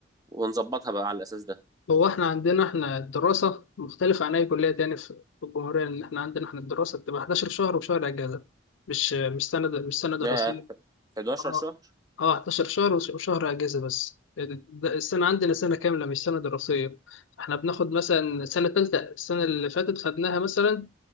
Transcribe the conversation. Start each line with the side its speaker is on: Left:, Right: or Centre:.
Right: ونظبطها بقى على الأساس ده
Left: هو احنا عندنا احنا الدراسة مختلفة عن أي كلية تاني في في الجمهورية لأن احنا عندنا احنا الدراسة بتبقى 11 شهر وشهر أجازة مش مش سنة مش سنة دراسية
Right: ياه 11
Left: اه
Right: شهر
Left: اه 11 شهر وش- وشهر أجازة بس ال- ده السنة عندنا سنة كاملة مش سنة دراسية احنا بناخد مثلا سنة تالتة السنة اللي فاتت خدناها مثلا